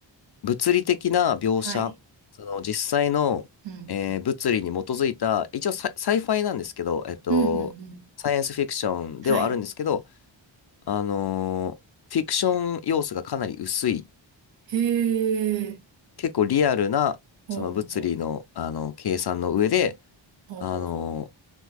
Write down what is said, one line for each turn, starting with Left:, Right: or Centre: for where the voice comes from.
Left: 物理的な描写、
Right: はい。
Left: その、実際の、
Right: うん。うん
Left: えー物理に基づいた、一応サイ、サイファイなんですけど、えっと、
Right: うんうんうん。
Left: サイエンスフィクションではあるんですけど、
Right: はい。
Left: あのーフィクション要素がかなり薄い
Right: へえ。
Left: 結構リアルな、
Right: ほうほうほう。
Left: その物理の、あの、計算の上で、
Right: ほうほうほう。
Left: あの、